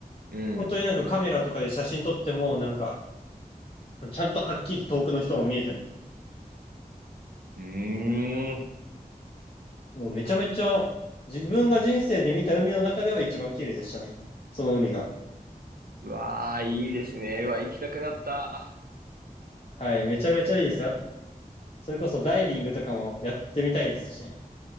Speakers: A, on the right; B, on the left.
A: うん。
B: 本当になんかカメラとかで写真撮っても、なんか、ちゃんとはっきり遠くの人も見えたり、
A: うーん。
B: もうめちゃめちゃ自分が人生で見た海の中では一番綺麗でしたね。その海が。
A: うわあ、いいですね。うわ、行きたくなった。
B: はい、めちゃめちゃいいですよ。それこそダイビングとかもやってみたいですしね。